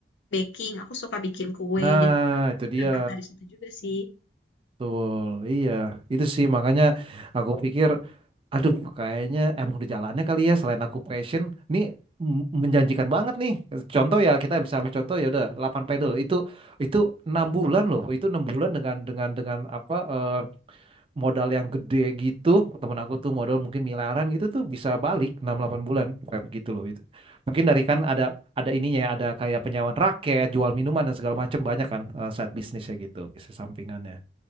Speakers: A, on the left; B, on the right.
A: baking. Aku suka bikin kue.
B: nah
A: Jadi
B: itu
A: aku berangkat
B: dia
A: dari situ juga sih.
B: Betul, iya. Itu sih makanya aku pikir, aduh kayaknya emang udah jalannya kali ya selain aku passion, ini m- menjanjikan banget nih. Contoh ya kita bisa ambil contoh ya udah 8 pedal itu itu enam bulan loh, itu enam bulan dengan dengan dengan apa eh, modal yang gede gitu. Temen aku tuh modal mungkin miliaran gitu tuh bisa balik 6 8 bulan kayak begitu loh. Itu. Mungkin dari kan ada ada ininya ya, ada kayak penyewaan raket, jual minuman dan segala macam banyak kan eh, side bisnisnya gitu, bisnis sampingannya.